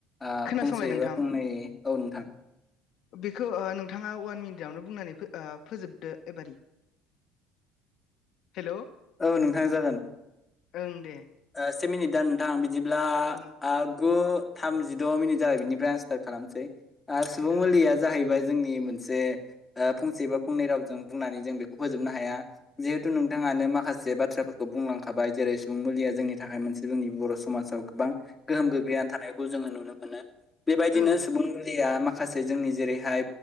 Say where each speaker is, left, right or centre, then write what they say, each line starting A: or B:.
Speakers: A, on the left (about 15°); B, on the left (about 60°).
A: ओ
B: खोनासंलाय
A: फंसे
B: नोंथां
A: बा फंनै औ नोंथां।
B: बेखौ ओ नोंथांङा अवान मिनिटावनो बुंनानै ओ फोजोबदो एबारि हेलौ
A: औ नोंथां जागोन।
B: ओं दे।
A: ओ से मिनिट दा नोंथां बिदिब्ला
B: ओं
A: गु थामजिद' मिनिट जागाय बिनिफ्राय आनस्टार्ट खालामसै आरो सुबुं
B: ओं
A: मुलिया जाहैबाय जोंनि मोनसे ओ फंसे बा फंनै रावजों बुंनानै जों बेखौ फोजोबनो हाया। जिहेतु नोंथाङानो माखासे बाथ्राफोरखौ बुंलांखाबाय जेरै सुबुं मुलिया जोंनि थाखाय मोनसे जोंनि बर' समाजाव गोबां गोहोम गोग्लैना थानायखौ जोङो नुनो मोनो। बेबायदिनो
B: औ ओं
A: सुबुं मुलिया माखासे जोंनि जेरैहाय